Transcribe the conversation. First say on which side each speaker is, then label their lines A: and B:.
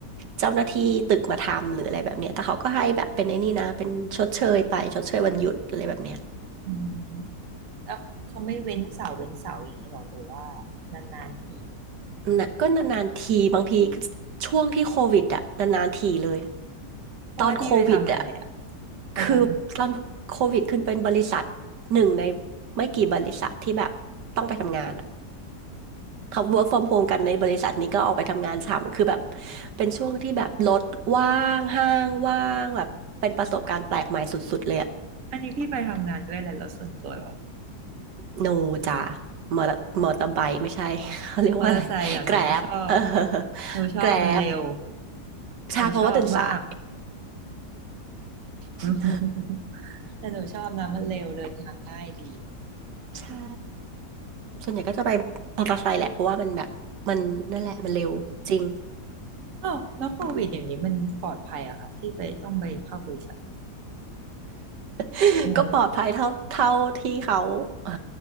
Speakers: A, on the right; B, on the right.
A: เจ้าหน้าที่ตึกมาทำหรืออะไรแบบเนี้ยแต่เขาก็ให้แบบเป็นไอ้นี่นะเป็นชดเชยไปชดเชยวันหยุดอะไรแบบเนี้ย
B: อืมแล้วเขาไม่เว้นเสาร์เว้นเสาร์อย่างนี้หรอหรือว่านานๆที
A: นะก็นานๆทีบางทีช่วงที่โควิดอะนานๆทีเลย
B: เขาให้พี่ไปทำอะไรอ่ะ
A: ตอนโควิดอะ
B: ไปทำ
A: คือตอนโควิดขึ้นเป็นบริษัทหนึ่งในไม่กี่บริษัทที่แบบต้องไปทำงานอะเขา work from home กันในบริษัทนี้ก็ออกไปทำงานฉ่ำคือแบบเป็นช่วงที่แบบรถว่างห้างว่างแบบเป็นประสบการณ์แปลกใหม่สุดๆเลยอะ
B: อันนี้พี่ไปทำงานด้วยอะไรแล้วส่วนตัวเหรอ
A: โนจ้ามอเตอร์มอเตอร์ไบค์ไม่ใช่ <laughs> เขาเรียกว่าอะไรแกร็บเออ
B: มอเตอร์ไซค์อ่ะหนูก็ชอบหนูชอบมันเร็ว
A: แกร็บใช่เพราะว่าตื่นสาย
B: หนูชอบมาก <laughs>
A: <laughs>
B: แต่หนูชอบนะมันเร็วเดินทางง่ายดี
A: ใช่ ส่วนใหญ่ก็จะไปมอเตอร์ไซค์แหละเพราะว่ามันแบบมันนั่นแหละมันเร็วจริง
B: อ้าวแล้วโควิดอย่างนี้มันปลอดภัยเหรอะคะที่ไปต้องไปเข้าบริษัท
A: <laughs>
B: งง
A: ก็ปลอดภัยเท่าเท่าที่เขาเออ